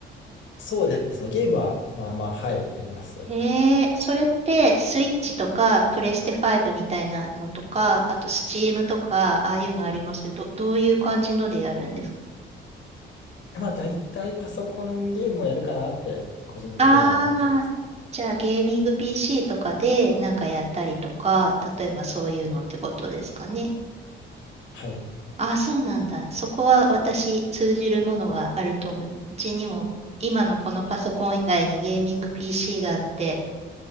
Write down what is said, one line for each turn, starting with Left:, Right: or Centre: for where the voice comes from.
Left: そうですね。ゲームは、まあまあ、はい、やります。
Right: へえ、それってスイッチとかプレステ5みたいなのとか、あとスチームとか、ああいうのありますけど、どどういう感じのでやるんですか
Left: まあ、大体パソコンゲームをやるかなって、個人的には思ってます。
Right: ああー、じゃあゲーミング PC とかでなんかやったりとか、例えばそういうのってことですかね。
Left: はい。
Right: ああ、そうなんだ。そこは私通じるものがあると思う。うちにも今のこのパソコン以外にゲーミング PC があって、